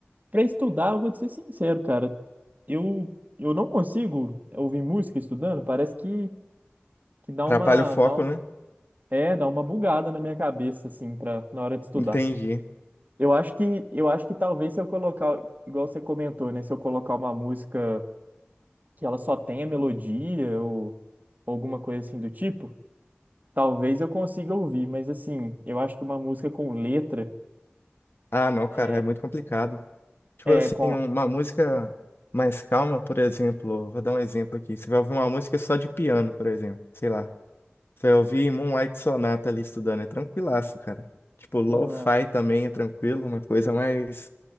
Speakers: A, on the right (about 45°); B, on the left (about 65°).
A: Para estudar, eu vou te ser sincero, cara. Eu, eu não consigo ouvir música estudando, parece que, que dá
B: Atrapalha
A: uma,
B: o foco,
A: dá um-
B: né?
A: é, dá uma bugada na minha cabeça assim para na hora de estudar.
B: Entendi.
A: Eu acho que, eu acho que talvez se eu colocar, igual você comentou, né, se eu colocar uma música que ela só tem a melodia ou, ou alguma coisa assim do tipo, talvez eu consiga ouvir, mas assim, eu acho que uma música com letra
B: Ah, não, cara,
A: é,
B: é muito complicado. Tipo
A: é
B: assim,
A: com.
B: uma música mais calma, por exemplo. Vou dar um exemplo aqui. Você vai ouvir uma música só de piano, por exemplo. Sei lá. Você ouvir Moonlight Sonata ali estudando, é tranquilaço, cara. Tipo, lo-fi
A: uma-
B: também é tranquilo, uma coisa mais.